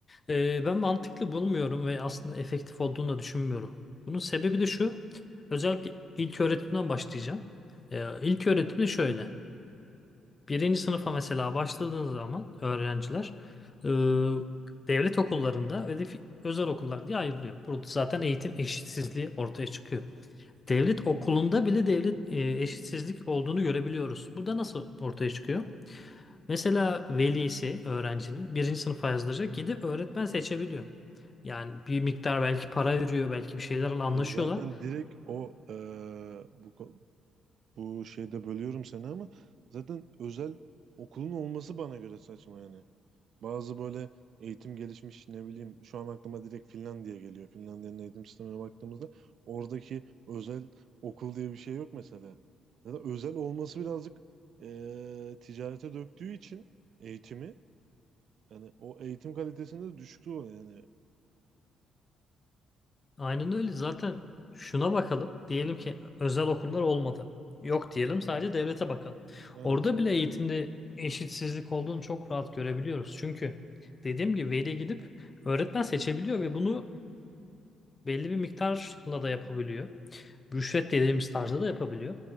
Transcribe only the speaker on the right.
Tabii ki.
Yani zaten direkt o e, bu, Bu şeyde bölüyorum seni ama zaten özel okulun olması bana göre saçma yani. Bazı böyle eğitim gelişmiş ne bileyim şu an aklıma direkt Finlandiya geliyor. Finlandiya'nın eğitim sistemine baktığımızda oradaki özel okul diye bir şey yok mesela. Ya da özel olması birazcık eee, ticarete döktüğü için eğitimi yani o eğitim kalitesinde düşüklüğü oluyor yani.
Aynen
sadece
de.